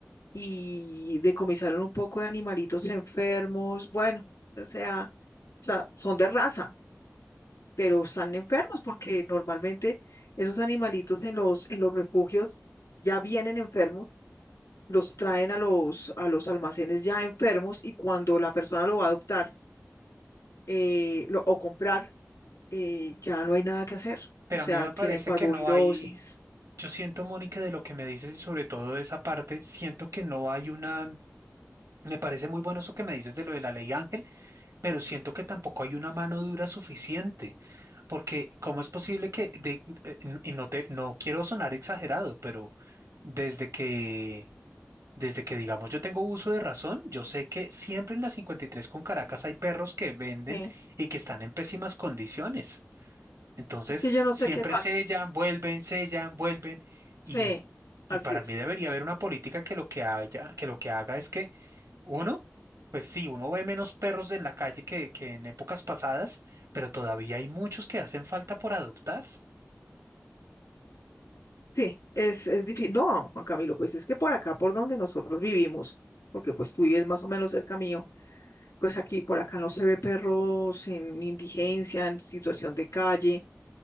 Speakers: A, on the left; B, on the right.
A: y decomisaron un poco de animalitos enfermos, bueno, o sea, o sea, son de raza, pero están enfermos porque normalmente esos animalitos en los, en los refugios ya vienen enfermos, los traen a los, a los almacenes ya enfermos y cuando la persona lo va a adoptar eh, lo- o comprar, eh, ya no hay nada que hacer.
B: Pero
A: O sea,
B: a mí me
A: tienen
B: parece
A: parvovirosis.
B: que no hay... Yo siento, Mónica, de lo que me dices y sobre todo de esa parte, siento que no hay una... Me parece muy bueno eso que me dices de lo de la ley Ángel, pero siento que tampoco hay una mano dura suficiente, porque ¿cómo es posible que, de- eh, n- y no te, no quiero sonar exagerado, pero desde que, desde que digamos yo tengo uso de razón, yo sé que siempre en la 53 con Caracas hay perros que venden
A: Sí.
B: y que están en pésimas condiciones. Entonces,
A: Es que yo no
B: siempre
A: sé qué pasa.
B: sellan, vuelven, sellan, vuelven,
A: Sí,
B: y, y
A: así
B: para
A: es.
B: mí debería haber una política que lo que haya, que lo que haga es que uno, pues sí, uno ve menos perros en la calle que, que en épocas pasadas, pero todavía hay muchos que hacen falta por adoptar.
A: Sí, es, es difícil. No, Juan Camilo, pues es que por acá, por donde nosotros vivimos, porque pues tú vives más o menos cerca mío, pues aquí por acá no se ve perros en indigencia, en situación de calle,